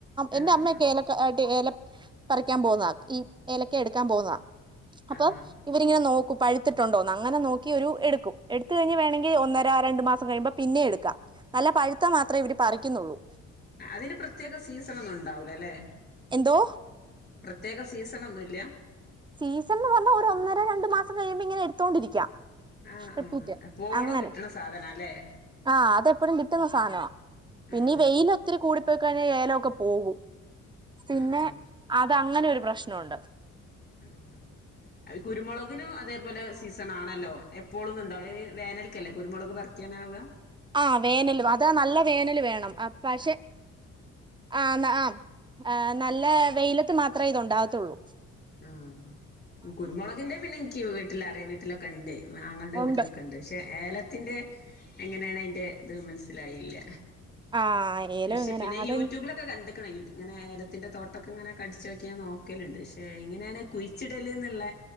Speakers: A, on the right (about 15°); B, on the left (about 35°).
A: എന്റെ
B: ആഹ്
A: അമ്മയൊക്ക
B: ആഹ്
A: ഏല ഏല പറിക്കാൻ പോന്ന ഈ ഇലക്ക എടുക്കാൻ പോകുന്നത അപ്പ
B: ആഹ്
A: ഇവിരിങ്ങനനോക്കും പഴുത്തി ട്ടുണ്ടോന്ന് അങ്ങനെ നോക്കിയൊരു എടുക്കും എടുത്ത് കഴിഞ്ഞ് വേണങ്കിൽ ഒന്നര രണ്ട് മാസം കഴിയുമ്പോം പിന്നെ എടുക്കാം. നല്ല പഴുത്താ മാത്ര ഇവര് പറിക്കുന്നുള്ളൂ.
B: അതിന് പ്രത്യേക സീസണൊന്നും ഉണ്ടാവൂലല്ലേ.
A: ന്തോ.
B: പ്രത്യേക സീസണൊന്നുല്ല്യാ.
A: സീസൺന്ന് പറഞ്ഞ ഒരു ഒന്നര രണ്ടു മാസം കഴിയുമ്പോ ഇങ്ങനെ എടുത്തോണ്ടിരിക്കാം.
B: ആഹ്
A: റിപ്പീറ്റ്
B: ആഹ് എപ്പോളും
A: അങ്ങനെ
B: കിട്ടണ സാധനാല്ലേ
A: ആഹ് അതെപ്പഴും കിട്ടുന്ന സാനമാ. പിന്നെ
B: ആഹ്
A: ഈ വെയിലൊത്തിരി കൂടി പോയി കഴിഞ്ഞാ ഏലൊക്കെ പോകും. പിന്നെ
B: ആഹ് ആഹ്
A: അതങ്ങനെ ഒരു പ്രശ്നമുണ്ട്.
B: ആഹ് കുരുമുളകിനും അതേപോലെ സീസണാണല്ലോ എപ്പോളൊന്നും ഉണ്ടാവുല്ല വേനൽക്കല്ലേ കുരുമുളക് പറി ക്കാനാവ
A: ആഹ് വേനല് അതാ നല്ല വേനല് വേണം പക്ഷെ ആഹ് ആ നല്ല വെയിലത്ത് മാത്ര ഇതു ഉണ്ടാവത്തുള്ളൂ.
B: ആഹ് കുരുമുളകിന്റെ പിന്നെ എനിക്ക് വീട്ടലറിയാം വീട്ടില ക്കെണ്ട് ആങ്ങൾന്റെ
A: ഉണ്ട്
B: വീട്ടിലൊക്കെണ്ട് പക്ഷെ ഏല ത്തിന്റെ എങ്ങനെയാണ് അതിന്റെ ഇത് മനസ്സിലായില്ല.
A: ആ ഏലം
B: പക്ഷെ
A: ഇങ്ങനെ
B: പിന്നെ
A: അത്
B: യൂട്യൂബിലൊ ഒക്കെ കണ്ടക്കണ ഇങ്ങെനെ എലത്തിന്റെ തോട്ടൊക്കെ ഇങ്ങനെ അടിചോക്കാൻ നോക്കലുണ്ട്. ഏഹ് എങ്ങനെണ് കുഴിച്ചിടല്ന്നുള്ള